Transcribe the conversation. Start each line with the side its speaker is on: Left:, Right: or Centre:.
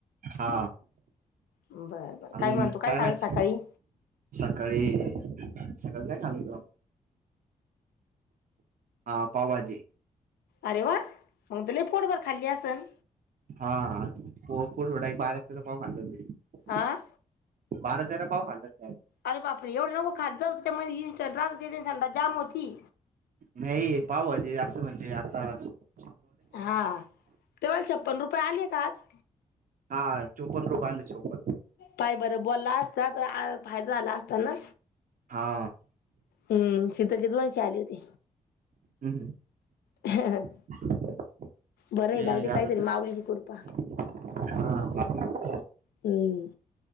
Right: हा
Left: बरबर
Right: अजून
Left: काय म्हणतो काय खाल
Right: माहित
Left: सकाळी.
Right: सकाळी अण्णांची नजर खाल तु? हा पावभाजी.
Left: अरे वा मग तर पोटभर खाली असन.
Right: हाठ बाराचा पावां <unintelligible>
Left: आं.
Right: म आता जरा पाव खाल्ला तर काय,
Left: अरे बापरे एवढं नको खात जाऊ होते मग इस्ट राहते संडास जाम होती.
Right: नाही पावज भाजी असं म्हणजे आता सू
Left: हा तुम्हाला छप्पन रुपये आले का आज?
Right: हा चोपन रुपय आले चोपण.
Left: पाय बर बोलला असता तर फायदा झाला असता ना.
Right: हा.
Left: हम्म शीतलची दोनशे रूपये आले होते.
Right: हम्म हम्.
Left: ह.
Right: <unintelligible>
Left: बरं आहे
Right: ते
Left: जावूदे,
Right: आता
Left: काहीतरी माऊलीची कृपा,
Right: हा <inaudible>
Left: हं,